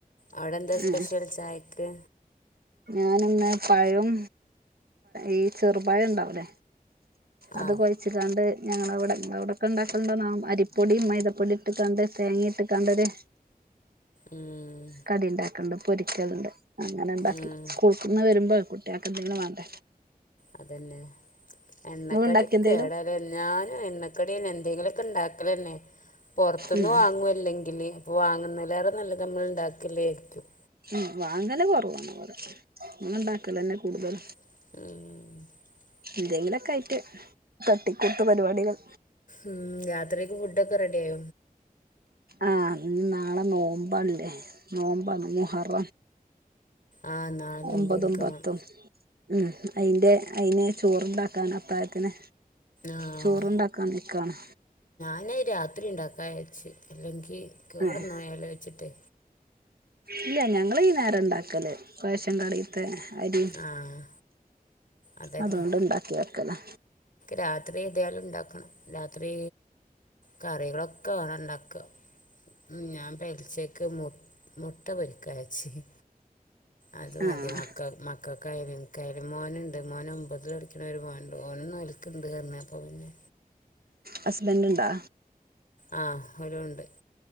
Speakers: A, on the left; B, on the right.
A: അവിടെ എന്ത സ്പെഷ്യൽ
B: ഏ
A: ചായക്ക്
B: ഞാനിന്ന് പായം ഈ ചെറുപായം ഉണ്ടാവലേ
A: ആ
B: അത് കൊഴച്ചിട്ടാണ്ട് ഞങ്ങളവിടെ അവിടെൊക്കെ ഉണ്ടാക്കുന്നുണ്ടോ ന അരിപ്പൊടിിയ മൈദപ്പൊടി ഇട്ട് കണ്ട് തേങ്ങി ഇട്ട് കണ്ടൊര്
A: ഉം
B: കടി ഉണ്ടാക്കണ്ട് പൊരിക്കലണ്ട് അങ്ങനെ ഉണ്ടാക്കി
A: ഉം
B: സ്കൂൾക്ക നിന്ന് വരുമ്പോ കുട്ടിയക്കെണ വണ്ട
A: അതന്നെ എണ്ണക്കടൊക്കെ
B: ഇങ്ങള് ഉണ്ടാക്കിയോ എന്തേലും
A: കേടാല എന്നാനും എണ്ണക്കട എ ഉണ്ടലെ പുറത്തൊന്നന്ന്
B: ഉം
A: വാങ്ങല്ലെങ്കിൽ വാങ്ങ വളേറെ നല്ല നമ്മൾ ഉണ്ടാക്കില്ലേ ഏറ്റും
B: ഉ വാങ്ങല കുറവാാണ് പോഓരെ ഇ ഇണ്ടാക്കലന്നെ കൂടുതൽ
A: ഉം
B: എന്തെങ്കിലൊക്കെ ആയിട്ട് തട്ടിക്കൂട്ട പരിപാടികൾ
A: ഉം രാത്രിക്ക് ഫുഡ ഒക്കെ റെഡി ആയ
B: ആ ഇ നാളെ നോമ്പാല്ലേ നോമ്പാ മോഹറ
A: ആഹ് നാളെ നോമ്പ്
B: ഒമ്പതും
A: നോൽക്കണം
B: പത്തും ഉം അയിന്റെ അയിന് ചോറ് ഇണ്ടാക്കാൻ അത്തായത്തിന്
A: ആഹ്
B: ചോറ് ഇണ്ടാക്കാൻ നിക്കാണ്
A: നത് രാത്രി ഉണ്ടാക്കായാര്ച്ച് അല്ലെങ്കി കേടെന്നോയാലോ
B: ഏഹ്
A: വെച്ചിട്ടേ
B: ഇല്ല ഞങ്ങള് ഈ നേരം ഇണ്ടാക്കല് റേഷൻ കടയിത്തെ അരി
A: ആഹ് അതന്നെ
B: അതുകൊണ്ട് ഇണ്ടാക്കി വെക്കലാ
A: രാത്രി എത്യാലും ഉണ്ടാക്കണം രാത്രി കറികളൊക്കെ വേണണ്ടാക്ക ഉം ഞാൻ പെൽച്ചക്ക് മു മുട്ട പൊരിക്കാ വിജാര്ച്ച് അത് മതി
B: ആഹ്
A: മക്ക മക്കൾക്കായാലും ഇൻക്കായാലും മോന്ണ്ട് മോന് ഒൻപതിൽ പഠിക്ണ ഒരു മോൻ ണ്ട്. ഓനും നോൽക്ണ്ട് പറഞ്ഞ് അപ്പപിന്നെ
B: ഹസ്ബൻഡ് ഇണ്ടാ
A: ആഹ് ഓലൂണ്ട് ആഹ്